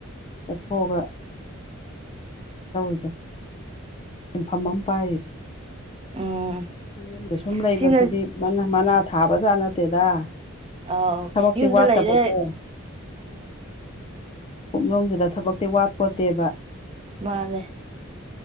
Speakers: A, on the left; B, on the right.
A: ꯆꯠꯊꯣꯛꯑꯥꯒ <inaudible> ꯁꯤꯟꯐꯝ ꯑꯃꯥ ꯄꯥꯏꯔꯤꯗꯨ
B: ꯎꯝ
A: ꯍꯥꯏꯗꯤ ꯌꯨꯝꯗ ꯁꯨꯝ ꯂꯩꯕꯁꯤꯗꯤ
B: ꯁꯤꯅ
A: ꯃꯅꯥ ꯊꯥꯕꯖꯥꯠ ꯅꯠꯇꯦꯗ
B: ꯑꯧ
A: ꯊꯕꯛꯇꯤ
B: ꯌꯨꯝꯗ
A: ꯋꯥꯠꯇꯕꯀꯣ
B: ꯂꯩꯔꯦ
A: ꯀꯨꯞꯅꯣꯝꯁꯤꯗ ꯊꯥꯕꯛꯇꯤ ꯋꯥꯠꯄꯣꯠꯇꯦꯕ
B: ꯃꯥꯅꯦ